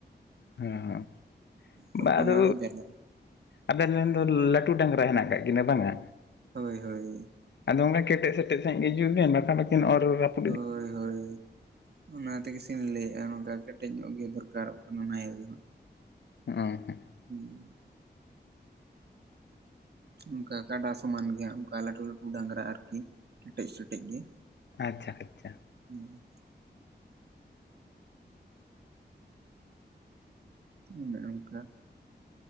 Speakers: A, on the left (about 80°); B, on the right (about 65°).
A: ᱦᱮᱸ
B: ᱛᱚᱠᱷᱚᱱ
A: ᱵᱟ ᱚᱫᱚ᱾
B: ᱟᱨᱚ ᱡᱟᱞᱟ
A: ᱟᱵᱮᱱ ᱨᱮᱱ ᱫᱚ ᱞᱟᱹᱴᱩ ᱰᱟᱝᱨᱟ ᱦᱮᱱᱟᱜ ᱠᱟᱫ ᱠᱤᱱᱟᱹ ᱵᱟᱝᱼᱟ᱾
B: ᱦᱳᱭ ᱦᱳᱭ
A: ᱟᱫᱚ ᱚᱱᱠᱟ ᱠᱮᱴᱮᱡ ᱥᱮᱴᱮᱡ ᱥᱟᱸᱹᱦᱤᱡ ᱜᱮ ᱡᱩᱛᱵᱮᱱ ᱵᱟᱠᱷᱟᱱ ᱠᱤᱱ ᱚᱨ ᱨᱟᱯᱩᱼᱼ
B: ᱦᱳᱭ ᱦᱳᱭ ᱚᱱᱟ ᱛᱮᱜᱤᱥᱤᱧ ᱞᱟᱹᱭᱼᱟ ᱱᱚᱝᱠᱟ ᱠᱮᱴᱮᱡ ᱧᱚᱜ ᱜᱮ ᱫᱚᱨᱠᱟᱨᱚᱜ ᱠᱟᱱᱟ ᱱᱟᱦᱮᱞ ᱫᱚ ᱦᱟᱸᱜ᱾
A: <unintelligible>
B: ᱦᱩᱸ ᱚᱱᱠᱟ ᱠᱟᱰᱟ ᱥᱚᱢᱟᱱ ᱜᱮᱟᱸ ᱚᱱᱠᱟ ᱞᱟᱹᱴᱩ ᱞᱟᱹᱴᱩ ᱰᱟᱝᱨᱟ ᱟᱨᱠᱤ ᱠᱮᱴᱮᱡ ᱠᱮᱴᱮᱡ ᱜᱮ᱾
A: ᱟᱪᱪᱷᱟ ᱟᱪᱪᱷᱟ
B: ᱦᱩᱸ ᱚᱱᱮ ᱚᱱᱠᱟ